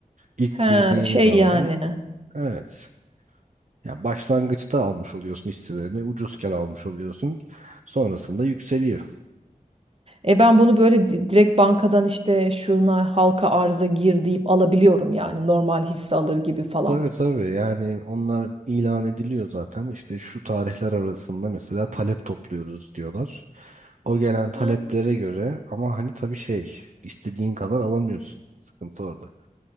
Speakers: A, on the right (about 60°); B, on the right (about 40°).
A: İlk
B: hı.
A: girdiğin
B: Şey
A: zaman
B: yani.
A: evet. Ya başlangıçta almış oluyorsun hisselerini, ucuzken almış oluyorsun. Sonrasında yükseliyor.
B: E ben bunu böyle di- direkt bankadan işte şuna halka arza gir deyip alabiliyorum yani normal hisse alır gibi falan.
A: Tabii tabii yani onlar ilan ediliyor zaten. İşte şu tarihler arasında mesela talep topluyoruz diyorlar. O gelen taleplere
B: Ha.
A: göre ama hani tabii şey istediğin kadar alamıyorsun. Sıkıntı orada.